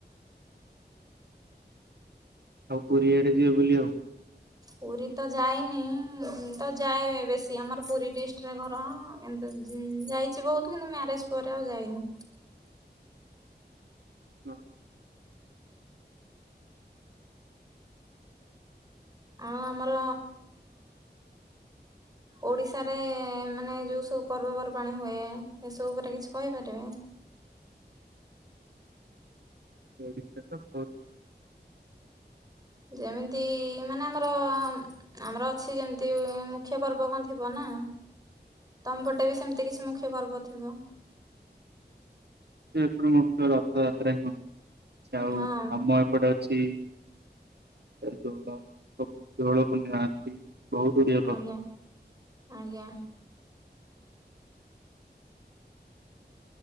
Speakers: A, on the right; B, on the right.
A: ଆଉ ପୁରୀଆଡେ ଆଡେ ଯିବେ ବୁଲି ଆଉ
B: ପୁରୀ ତ ଯାଇନି ତ ଯାଏ ବେଶୀ ଆମର ପୁରୀ ଡିଷ୍ଟିରେ ଘର କିନ୍ତୁ ଯାଇଛି ବହୁତ କିନ୍ତୁ ମ୍ୟାରେଜ ପରେ ଆଉ ଯାଇନି
A: ହଁ
B: ଆଉ ଆମର ଓଡ଼ିଶାରେ ମାନେ ଯେଉ ସବୁ ପର୍ବପର୍ବାଣୀ ହୁଏ ଏସବୁ ଉପରେ କିଛି କହିପାରିବେ?
A: ଓଡିଶା ତ ବହୁତ
B: ଯେମିତି ମାନେ ଆମର ଆମର ଅଛି ଯେମିତି ମୁଖ୍ୟ ପର୍ବ କଣ ଥିବ ନା ତମପଟେବି ସେମିତି କିଛି ମୁଖ୍ୟ ପର୍ବ ଥିବ
A: ଏପଟେ ମୁଖ୍ୟ ରଥଯାତ୍ରା ହିଁ ହଉଚି ଆଉ
B: ହଁ
A: ଆମ ଏପଟେ ଅଛି ଏ ଦୋଳ ଦୋଳ ପୂର୍ଣ୍ଣିମା ଅଛି। ବହୁତ ଗୁଡିଏ ପର୍ବ
B: ଆଜ୍ଞା ଆଜ୍ଞା